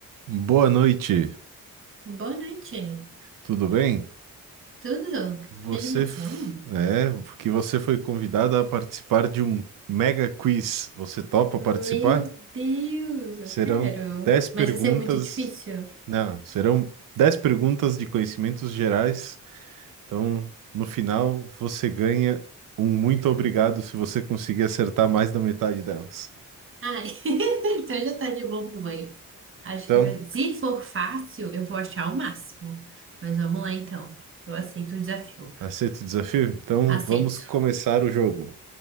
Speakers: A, on the right; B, on the right.
A: Boa noite,
B: Boa noite.
A: tudo bem?
B: Tudo?
A: Você
B: Que animação?
A: f- é porque você foi convidada a participar de um mega quiz. Você topa
B: Meu
A: participar?
B: Deus, eu
A: Serão
B: quero.
A: 10 perguntas.
B: Mas vai ser muito difícil?
A: Não, serão 10 perguntas de conhecimentos gerais. Então, no final, você ganha um muito obrigado se você conseguir acertar mais da metade delas.
B: Ai, <laughs> então já tá de bom tamanho. Acho
A: Então,
B: que vai- se for fácil, eu vou achar o máximo. Mas vamos lá então. Eu aceito o desafio.
A: aceita o desafio? Então,
B: Aceito.
A: vamos começar o jogo.